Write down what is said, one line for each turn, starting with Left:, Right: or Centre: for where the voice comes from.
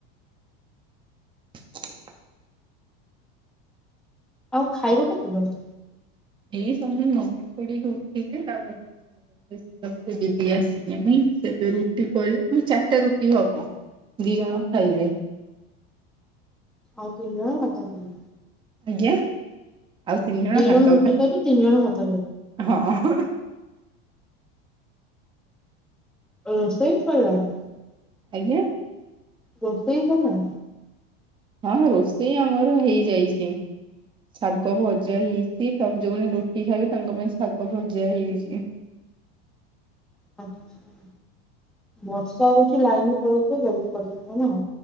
Right: ସୁ ସୁ
Centre: ଆଉ ଖାଇବ କେତେବେଳେ
Right: ଏଇ ସମୟ ମନେ ପଡିକି ଉଠିଲେ ତା ଖାଇସାରିବଲା ପରେ ଦିଦି ଆସିଲେଣି ସେ ଏବେ ରୁଟି କରିବେ ପୁଣି ଚାରିଟା ରୁଟି ହବ ଦି ଜଣ ଖାଇବେ
Centre: ଆଉ ତିନି ଜଣ ଭାତ ଖାଇବେ
Right: ଆଜ୍ଞା ଆଉ ତିନି ଜଣ
Centre: ଦି
Right: ଭାତ
Centre: ରୁଟି
Right: ଖାଇବେ
Centre: ଖାଇବେ ତିନି ଜଣ ଭାତ
Right: ହଁ
Centre: ରୋଷେଇ ସରିଲାଣି
Right: ଆଜ୍ଞା
Centre: ରୋଷେଇ ସରିଲାଣି
Right: ହଁ ରୋଷେଇ ଆମର ହେଇଯାଇଛି ଶାଗ ଭଜା ହେଇଛି ତାପରେ ଯୋଉମାନେ ରୁଟି ଖାଇବେ ତାଙ୍କ ପାଇଁ ଶାଗ ଭଜା ହେଇଯାଇଛି
Centre: ଆଛା ବର୍ଷା ହେଉଛି ଲାଇନି ପଳୋଉଥିବ ଜଲ୍ଦି କରିଦେଉଥିବ ନା